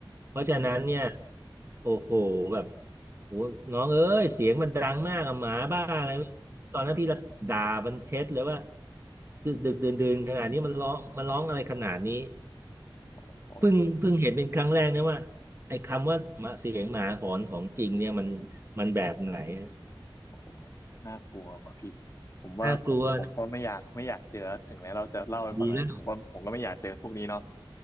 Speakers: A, on the right; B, on the left.
A: เพราะฉะนั้นเนี่ยโอ้โหแบบโอ้น้องเอ้ยเสียงมันดังมากอะหมาบ้าอะไรไม่ตอนนั้นพี่ละด่ามันเช็ดเลยว่าดึกดึกดื่นดื่นขนาดนี้มันร้องมันร้องอะไรขนาดนี้
B: โอ้
A: เพิ่งเพิ่งเห็นเป็นครั้งแรกนะว่าไอ้คำว่าหมาเสียงหมาหอนของจริงเนี่ยมันมันแบบไหน <laughs>
B: โอ้โหมันน่ากลัวกว่าพี่ ผมว่าผมผมก็ไม่อยากไม่อยากเจอ
A: น่ากลัวนะ
B: ถึงแม้เราจะเล่าให้ฟังแหละผมก็ผมก็ไม่อยากเจอพวกนี้เนาะ
A: ดีแล้ว